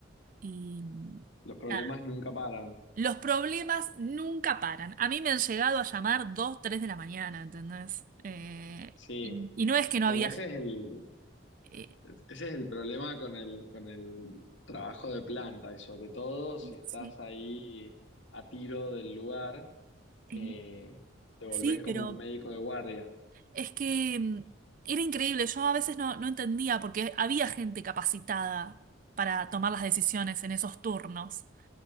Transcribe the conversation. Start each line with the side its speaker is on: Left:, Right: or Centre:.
Right: y mm,
Left: Los problemas
Right: nada,
Left: nunca paran.
Right: los problemas nunca paran. A mí me han llegado a llamar 2 3 de la mañana, ¿entendés? Eh,
Left: Sí.
Right: y, y no es que no
Left: Bueno,
Right: había...
Left: ese
Right: gen-
Left: es el,
Right: eh,
Left: ese es el problema con el, con el trabajo de planta y sobre todo si estás
Right: sí,
Left: ahí a tiro del lugar.
Right: eh,
Left: eh, te volvés
Right: sí,
Left: como
Right: pero
Left: un médico de guardia.
Right: es que mm, era increíble. Yo a veces no, no entendía porque había gente capacitada para tomar las decisiones en esos turnos.